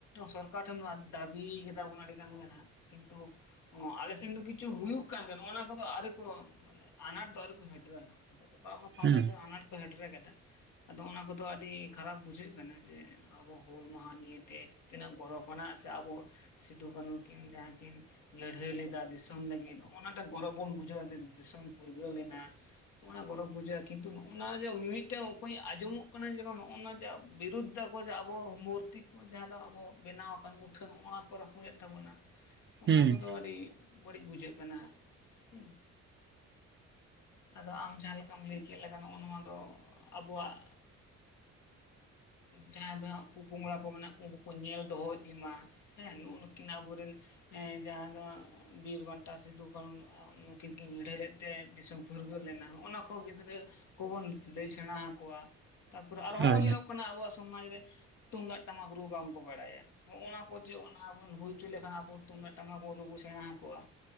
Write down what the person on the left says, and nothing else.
ᱥᱚᱨᱠᱟᱨ ᱴᱷᱮᱱ ᱫᱟᱹᱵᱤ ᱠᱟᱫᱟ ᱵᱚᱱ ᱟᱹᱰᱤᱜᱟᱱ ᱜᱮ ᱦᱟᱸᱜ ᱠᱤᱱᱛᱩ ᱚ, ᱟᱞᱮ ᱥᱮᱱ ᱫᱚ ᱠᱤᱪᱷᱩ ᱦᱩᱭᱩᱜ ᱠᱟᱱ ᱜᱮ ᱱᱚᱜᱼᱱᱟ ᱠᱚᱫᱚ ᱟᱣᱨᱤ ᱠᱚ ᱢᱟᱱᱮ ᱟᱱᱟᱴ ᱫᱚ ᱟᱣᱨᱤ ᱠᱚ ᱦᱮᱵᱮᱨᱟ ᱟᱫᱚ ᱚᱠᱟ ᱚᱠᱟ ᱯᱟᱦᱴᱟ
ᱫᱚ ᱟᱱᱟᱴ ᱠᱚ ᱦᱮᱰᱮᱨ ᱠᱟᱫᱟ᱾ ᱟᱫᱚ ᱚᱱᱟ ᱠᱚᱫᱚ ᱟᱹᱰᱤ ᱠᱷᱟᱨᱟᱯ ᱵᱩᱡᱷᱟᱹᱜ ᱠᱟᱱᱟ ᱡᱮ ᱟᱵᱚ ᱦᱩᱞ ᱢᱟᱦᱟ ᱱᱤᱭᱮᱛᱮ ᱛᱤᱱᱟᱹᱜ ᱜᱚᱨᱚᱵᱽ ᱟᱱᱟᱜ ᱥᱮ ᱟᱵᱚ ᱥᱤᱫᱩ ᱠᱟᱹᱱᱩ ᱠᱤᱱ ᱡᱟᱦᱟᱸ ᱠᱤᱱ ᱞᱟᱹᱲᱦᱟᱹᱭ ᱞᱮᱫᱟ ᱫᱤᱥᱚᱢ ᱞᱟᱹᱜᱤᱫ, ᱱᱚᱜᱼᱚ ᱱᱟᱴᱟᱜ ᱜᱚᱨᱚᱵᱽ ᱵᱚᱱ ᱵᱩᱡᱷᱟᱹᱣᱟ ᱫᱤᱥᱚᱢ ᱯᱷᱩᱨᱜᱟᱹᱞ ᱞᱮᱱᱟ᱾ ᱜᱚᱨᱚᱵᱽ ᱵᱩᱡᱷᱟᱹᱜᱼᱟ, ᱠᱤᱱᱛᱩ ᱱᱚᱜᱼᱱᱟ ᱡᱮ ᱢᱤᱫᱴᱮᱱ ᱚᱠᱚᱭ ᱟᱸᱡᱚᱢᱚᱜ ᱠᱟᱱᱟ ᱡᱮ ᱵᱟᱝ ᱱᱚᱜᱼᱱᱟ ᱡᱮ ᱵᱤᱨᱩᱫᱽ ᱫᱟ ᱠᱚ ᱡᱮ ᱟᱵᱚ ᱟᱵᱚ ᱢᱩᱨᱛᱤ ᱠᱚ ᱡᱟᱦᱟᱸ ᱫᱚ ᱟᱵᱚ ᱵᱮᱱᱟᱣ ᱟᱠᱟᱱ ᱢᱩᱴᱷᱟᱹᱱ ᱚᱱᱟ ᱠᱚ ᱨᱟᱯᱩᱜ ᱮᱜ ᱛᱟᱵᱚᱱᱟ ᱾ ᱚᱱᱟ
ᱠᱚᱫᱚ ᱟᱹᱰᱤ ᱵᱟᱹᱲᱤᱡ ᱵᱩᱡᱷᱟᱹᱜ ᱠᱟᱱᱟ ᱦᱮᱸ, ᱟᱫᱚ ᱟᱢ ᱡᱟᱦᱟᱸ ᱞᱮᱠᱟᱢ ᱞᱟᱹᱭ ᱠᱮᱫ ᱞᱮᱠᱟ ᱱᱚᱜᱼᱚ ᱱᱚᱣᱟ ᱫᱚ ᱟᱵᱚᱣᱟᱜ ᱡᱟᱦᱟᱸᱭ ᱫᱚ ᱦᱟᱸᱜ ᱯᱚ ᱯᱚᱝᱲᱟ ᱠᱚ ᱢᱮᱱᱟᱜ ᱩᱱᱠᱩ ᱠᱚ ᱧᱮᱞ ᱫᱚᱦᱚ ᱤᱫᱤ ᱢᱟ᱾ ᱦᱮᱸ ᱱᱩᱜᱼᱱᱩᱠᱤᱱ ᱟᱵᱚᱨᱮᱱ ᱦᱮᱸ ᱡᱟᱦᱟᱸ ᱫᱚ ᱵᱤᱨ ᱜᱟᱱᱴᱟ ᱥᱤᱫᱩ ᱠᱟᱹᱱᱩ ᱱᱩᱠᱤᱱ ᱠᱤᱱ ᱞᱟᱹᱲᱦᱟᱹᱭ ᱞᱮᱫ ᱛᱮ ᱫᱤᱥᱚᱢ ᱯᱷᱩᱨᱜᱟᱹᱞ ᱞᱮᱱᱟ ᱦᱚᱜᱼ ᱱᱟ ᱠᱚ ᱜᱤᱫᱽᱨᱟᱹ ᱠᱚᱵᱚᱱ ᱞᱟᱹᱭ ᱥᱮᱬᱟ ᱟᱠᱚᱣᱟ᱾ ᱛᱟᱯᱚᱨᱮ ᱟᱨᱦᱚ
ᱦᱚᱸᱜᱼᱚᱭ ᱧᱮᱞᱚᱜ ᱠᱟᱱᱟ ᱟᱵᱚᱣᱟᱜ ᱥᱚᱢᱟᱡ ᱨᱮ ᱛᱩᱢᱫᱟᱜ ᱴᱟᱢᱟᱠ ᱨᱩ ᱵᱟᱝ ᱠᱚ ᱵᱟᱲᱟᱭᱟ᱾ ᱦᱚᱜᱼ ᱱᱟ ᱠᱚ ᱡᱮ ᱚᱱᱟ ᱵᱚᱱ ᱦᱩᱭ ᱦᱚᱪᱚ ᱞᱮᱠᱷᱟᱱ ᱟᱵᱚ ᱛᱩᱢᱫᱟᱜ ᱴᱟᱢᱟᱠ ᱵᱚᱱ ᱨᱩᱵᱚ ᱥᱮᱬᱟ ᱟᱠᱚᱣᱟ᱾